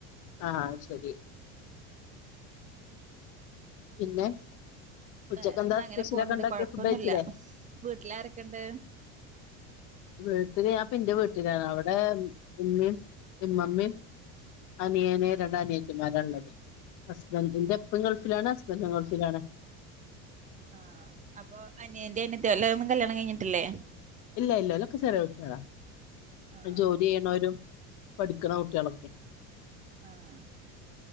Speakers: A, on the left (about 55°); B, on the right (about 20°).
A: ആ ശരി പിന്നെ ഉച്ചക്കെന്താ
B: വേറെന്താ അങ്ങനെ
A: സ്പെഷ്യലൊക്കെ
B: പോണൊണ്ട്
A: ഉണ്ടാക്കിയെ
B: കൊഴപ്പൊന്നു
A: ഫുഡ് കഴിച്ചില്ലേ
B: ഇല്ല വീട്ടിലാരൊക്ക ഇണ്ട്
A: വീട്ടില് ഞാഇപ്പ ന്റെ വീട്ടിലാണ് അവിടെ ഉമ്മീ ഇമ്മമ്മീ അനിയന് രണ്ട് അനിയത്തിമാരാള്ളത് ഹസ്ബൻ്റിൻ്റെ അപ്പൻ ഗൾഫിലാണ് ഹസ്ബൻ്റും ഗൾഫിലാണ്
B: ആഹ് അപ്പൊ അനിയൻ്റേ അനത്തി ഒല്ലേ ഒന്നും കല്യാണം കഴിഞ്ഞിട്ടില്ലേ
A: ഇല്ല ഇല്ല ഓലക്ക ചെറിയ കുട്ട്യോളാ.
B: ആഹ്
A: ജോലി യ്യണോരും പഠിക്കണ കുട്ടികളൊക്കെ
B: ആഹ്